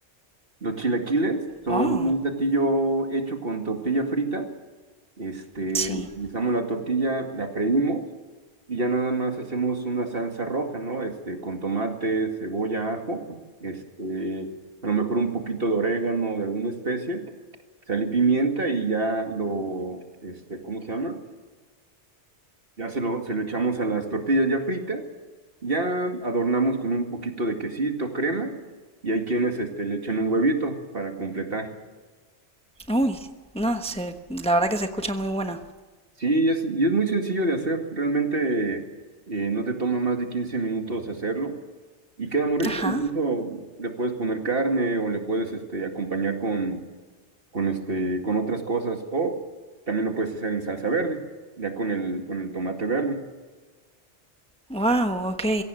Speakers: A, on the right (about 55°); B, in the centre.
A: Los chilaquiles son
B: Oh,
A: un platillo hecho con tortilla frita. Este,
B: sí.
A: utilizamos la tortilla, la freímos y ya nada más hacemos una salsa roja, ¿no? Este, con tomate, cebolla, ajo, este, a lo mejor un poquito de orégano, de alguna especie sal y pimienta y ya lo, este, ¿cómo se llama? Ya se lo, se lo echamos a las tortillas ya fritas, ya adornamos con un poquito de quesito, crema, y hay quienes, este, le echan un huevito para completar.
B: Uy, no, se, la verdad que se escucha muy buena
A: Sí, y es, y es muy sencillo de hacer, realmente eh, no te toma más de 15 minutos hacerlo. Y queda muy rico,
B: Ajá.
A: incluso le puedes poner carne o le puedes este, acompañar con, con, este, con otras cosas. O también lo puedes hacer en salsa verde, ya con el, con el tomate verde.
B: Wow, ok.